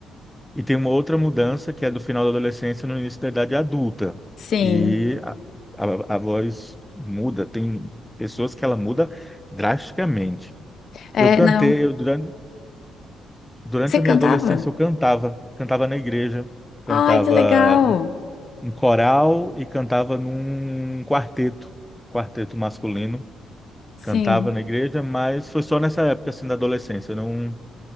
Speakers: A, in the centre; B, on the left.
A: E tem uma outra mudança que é do final da adolescência no início da idade adulta.
B: Sim.
A: E a, a, a voz muda, tem pessoas que ela muda drasticamente.
B: É,
A: Eu cantei,
B: não.
A: eu, durante, durante
B: Você cantava?
A: a minha adolescência eu cantava, cantava na igreja, cantava
B: Ai, que legal.
A: em coral e cantava num quarteto, quarteto masculino.
B: Sim.
A: Cantava na igreja, mas foi só nessa época assim da adolescência, eu não